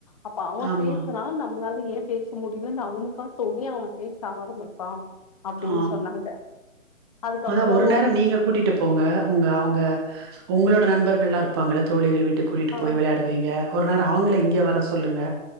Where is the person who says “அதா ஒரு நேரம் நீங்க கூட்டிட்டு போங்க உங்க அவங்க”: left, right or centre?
Right